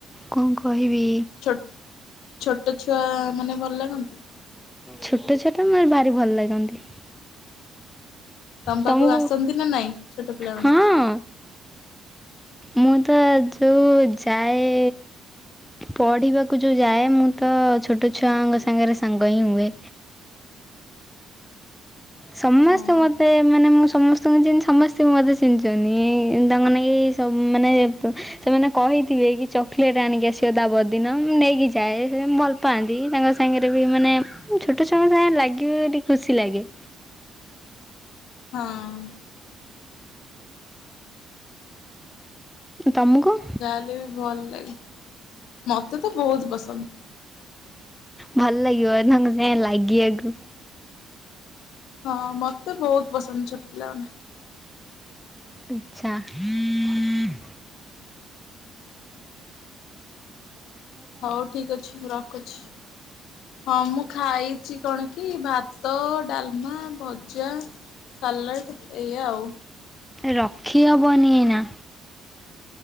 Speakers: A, in the centre; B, on the left.
A: କଣ କହିବି।
B: ଛୋ ଛୋଟ ଛୁଆ ମାନେ ଭଲ ଲାଗନ୍ତି?
A: ଛୋଟ ଛୋଟ ମୋ ଭାରି ଭଲ ଲାଗନ୍ତି।
B: ତମ
A: ତୁମକୁ
B: ପାଖକୁ ଆସନ୍ତି ନା ନାଇଁ ଛୋଟ ପିଲାମାନେ?
A: ହଁ ମୁଁ ତ ଯୋଉଁ ଯାଏ ପଢ଼ିବାକୁ ଯଉ ଯାଏ ମୁଁ ତ ଛୋଟ ଛୁଆଙ୍କ ସାଙ୍ଗରେ ସାଙ୍ଗ ହିଁ ହୁଏ। ସମସ୍ତେ
B: ଓହୋ
A: ମତେ ମାନେ ମୁଁ ସମସ୍ତେ <unintelligible> ସମସ୍ତେଙ୍କୁ ମତେ ଚିଣିଛନ୍ତି ଏଇ ତାଙ୍କନାକି ସବୁ ମାନେ ସେମାନେ କହିଥିବେ। ଦେଇକି ଚକଲେଟ ଆଣିକି ଆସିବ ତାପର ଦିନ ମୁଁ ନେଇକି ଯାଏ ସେ ଭଲ ପାଆନ୍ତି ତାଙ୍କ ସାଙ୍ଗରେ ବି ମାନେ ଛୋଟ ଛୁଆଙ୍କ ସାଙ୍ଗେ ଲାଗିବ ଟିକେ ଖୁସି ଲାଗେ।
B: ହଁ।
A: ତୁମକୁ
B: ଯାହାହେଲେବି ଭଲ ଲାଗେ ମତେ ତ ବହୁତ ପସନ୍ଦ।
A: ଭଲ ଲାଗିବ ତାଙ୍କ ସାଙ୍ଗେ ଲାଗିବାକୁ।
B: ହଁ ମତେ ବହୁତ ପସନ୍ଦ ଛୋଟ ପିଲାମାନେ।
A: ଆଛା। ହୁଁ
B: ହଉ ଠିକ ଅଛି ମୁଁ ରଖୁଚି। ହଁ ମୁଁ ଖାଇଚି କଣ କି ଭାତ ଡାଲମା ଭ ଭଜା ସାଲାଟ ଏଇଆ ଆଉ।
A: ରଖିହବନି ଏଇନା